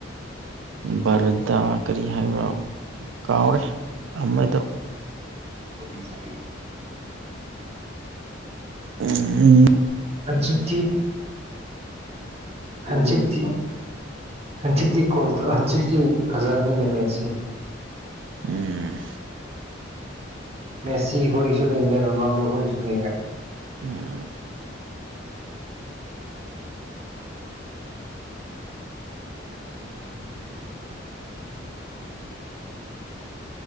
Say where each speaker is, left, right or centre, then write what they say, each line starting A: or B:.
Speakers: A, on the right; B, on the right.
A: ꯚꯥꯔꯠꯇ ꯀꯔꯤ ꯍꯥꯏꯕ ꯀꯥꯎꯔꯦ ꯑꯃꯗꯣ
B: ꯏꯁꯔꯤ
A: ꯎꯝ
B: ꯀ ꯁ ꯊꯤ ꯍꯟꯆꯤꯤ ꯍꯟꯆꯤꯛꯇꯛꯇꯤ ꯀꯣꯜ ꯍꯟꯆꯤꯛꯇꯤ ꯐꯖꯒꯅꯤꯅꯦ ꯃꯦꯠꯁꯦ
A: ꯎꯝ
B: ꯃꯦꯁꯤ ꯍꯁꯨ ꯂꯩꯔꯦ ꯔꯣꯅꯥꯜꯗꯣ ꯍꯁꯨ ꯂꯩꯔꯦ
A: ꯑꯥ
B: ꯦ